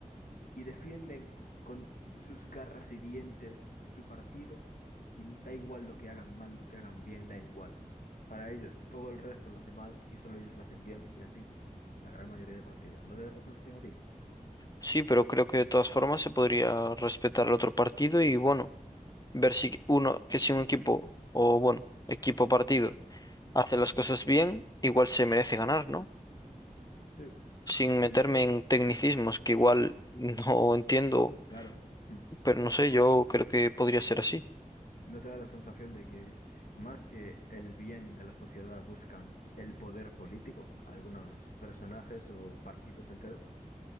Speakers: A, on the left; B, on the left.
A: y defienden con sus garras y dientes su partido y da igual lo que hagan mal, lo que hagan bien, da igual. Para ellos todo el resto lo hace mal y solo ellos lo hacen bien y así la gran mayoría de partidos. ¿No te da esa sensación a ti?
B: Sí, pero creo que de todas formas se podría respetar al otro partido y bueno, ver si uno, que si un equipo, o bueno, equipo partido, hace las cosas bien, igual se merece ganar, ¿no?
A: Sí.
B: sin meterme
A: Y no te,
B: en tecnicismos que igual <laughs> no entiendo,
A: claro, hmm,
B: pero no sé, yo creo que podría ser así.
A: no te da la sensación de que más que el bien de la sociedad buscan el poder político, algunos personajes o partidos enteros.